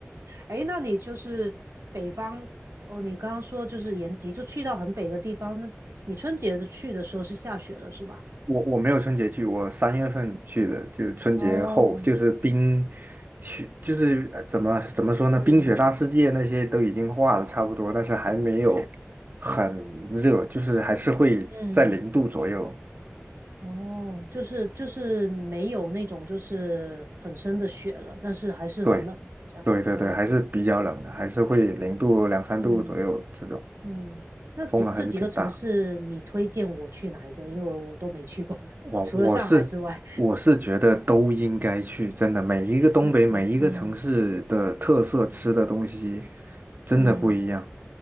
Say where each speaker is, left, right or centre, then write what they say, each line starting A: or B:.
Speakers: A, on the right; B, on the right.
A: 哎那你就是北方哦，你刚刚说就是延吉，就去到很北的地方，那你春节的去的时候是下雪了是吧？
B: 我我没有春节去，我三月份去的，就是春节后，
A: 哦，
B: 就是冰雪，就是呃怎么怎么说呢，
A: 嗯
B: 冰雪大世界那些都已经化的差不多，但是还没有很热，就是还是会在零度左右。
A: 嗯，哦，就是就是没有那种就是很深的雪了，但是还是很冷，
B: 对
A: 这样。
B: 对对对，
A: 哦，
B: 还是比较冷的，还是会零度两三度左右这种，
A: 嗯嗯，那几这几个城市你推荐我去哪一个？
B: 风还是挺大。
A: 因为我都没去过，<laughs>
B: 我我是我是觉得都应该去，
A: 除了上海之外。
B: 真的，每一个东北每一个城市的特色吃的东西
A: 嗯嗯。
B: 真的不一样。
A: 嗯